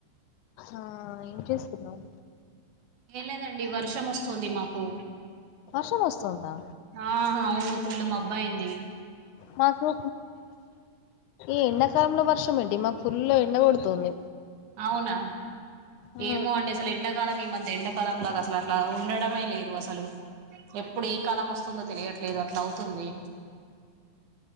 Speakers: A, on the left (about 80°); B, on the right (about 70°).
A: ఆ ఏం చేస్తున్నావ్
B: ఏం లేదండి వర్షంొస్తు వస్తుంది మాకు
A: క వస్తుందా
B: ఆహా అవును ఫుల్ మబ్బు అయింది
A: మాకు ఈ ఎండాకాలంలో వర్షం ఏంటి మాకు ఫుల్లు ఎండ కొడుతుంది
B: అవునా
A: ఆ
B: ఏమో అండి అసలు ఎండాకాలం ఈ మధ్య ఎండక కాలం లాగా అసలు అట్లా ఉండడమే లేదు అసలు ఎప్పుడు ఏ కాలం వస్తుందో తెలియట్లేదు అట్లా అవుతుంది